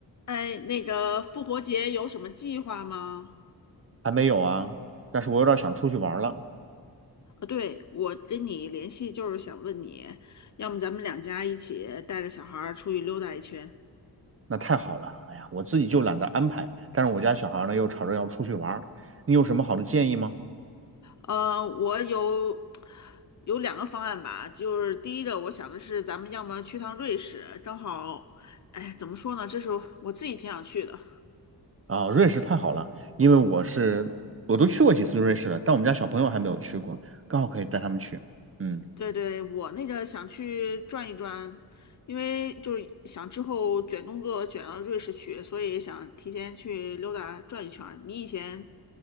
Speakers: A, on the left; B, on the right.
A: 哎，那个复活节有什么计划吗？
B: 还没有啊，但是我有点想出去玩了。
A: 呃，对，我跟你联系就是想问你，要么咱们两家一起带着小孩儿出去溜达一圈。
B: 那太好了，哎呀，我自己就懒得安排，但是我家小孩呢又吵着要出去玩儿，你有什么好的建议吗？
A: 呃，我有有两个方案吧，就是第一个我想的是，咱们要么去趟瑞士，正好，哎，怎么说呢，这是我自己挺想去的，
B: 啊，瑞士太好了，因为我是我都去过几次瑞士了，但我们家小朋友还没有去过，刚好可以带他们去。嗯，
A: 对对，我那个想去转一转，因为就是想之后卷工作卷到瑞士去，所以想提前去溜达转一圈儿。你以前